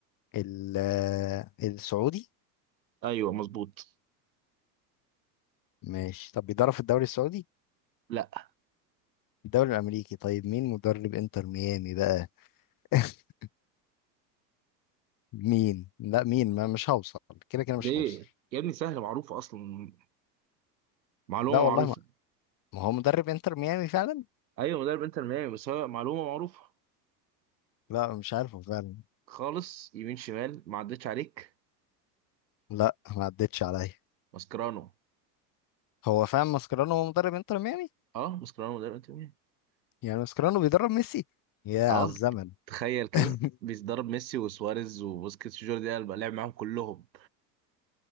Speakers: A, on the left; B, on the right.
A: ال- آه، السعودي؟
B: ايوه مظبوط
A: ماشي طب بيدرب في الدوري السعودي؟
B: لا
A: الدوري الأمريكي طيب مين مدرب إنتر ميامي بقى؟ <laughs> مين؟ لا مين؟ ما مش هوصل كده كده
B: ليه
A: مش هوصل
B: يا ابني سهله معروفه اصلا معلومه
A: لا والله
B: معروفه
A: ما ما هو مدرب إنتر ميامي فعلا؟
B: ايوه مدرب انتر ميامي بس هو معلومه معروفه
A: لا مش عارفه فعلا
B: خالص يمين شمال ما عدتش عليك
A: لا ما عدتش عليا
B: ماسكرانو
A: هو فاهم ماسكرانو هو مدرب انتر ميامي
B: اه ماسكرانو مدرب انتر ميامي
A: يعني ماسكرانو بيدرب ميسي يا
B: اه
A: على الزمن
B: تخيل كده
A: <laughs>
B: بيدرب ميسي وسواريز وبوسكيتس وجوردي ألبا لعب معاهم كلهم